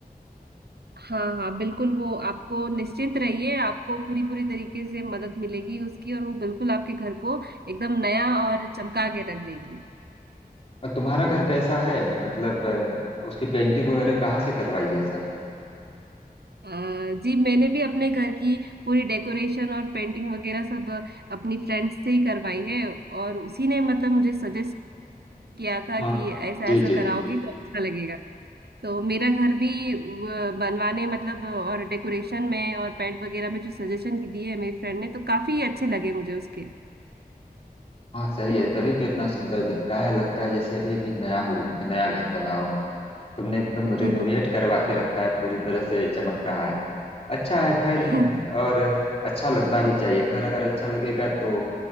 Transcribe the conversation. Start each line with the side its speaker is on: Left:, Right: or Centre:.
Right: हाँ हाँ बिल्कुल वो आपको निश्चिंत रहिए आपको पूरी पूरी तरीके से मदद मिलेगी उसकी और वो बिल्कुल आपके घर को एकदम नया और चमका के रख देगी
Left: और तुम्हारा घर कैसा है मतलब अ, उसकी पेंटिंग वगैरह कहाँ से करवाई है सब
Right: अ, जी मैंने भी अपने घर की पूरी डेकोरेशन और पेंटिंग वगैरह सब अपनी फ्रेंड से ही करवाई है और उसी ने मतलब मुझे सजेस्ट किया था
Left: हाँ
Right: कि ऐसा
Left: जी
Right: ऐसा
Left: जी
Right: कराओगी तो अच्छा लगेगा तो मेरा घर भी व- बनवाने मतलब और डेकोरेशन में और पेंट वगैरह में जो सजेशन की दिए है मेरी फ्रेंड ने तो काफी अच्छे लगे मुझे उसके
Left: हाँ सही है तभी तो इतना सुंदर दिखता है लगता है जैसे अभी अभी नया हो नया घर बना हो तुमने एकदम
Right: <laughs>
Left: रिनोवेट करवा के रखा है पूरी तरह से चमक रहा है अच्छा है खैर
Right: धन्यवाद
Left: और अच्छा लगना भी चाहिए घर अगर अच्छा लगेगा तो